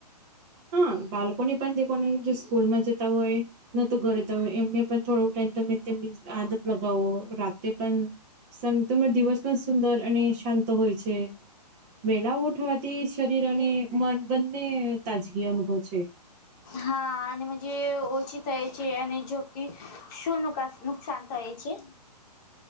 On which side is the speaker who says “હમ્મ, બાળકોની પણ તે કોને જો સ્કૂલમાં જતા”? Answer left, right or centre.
Right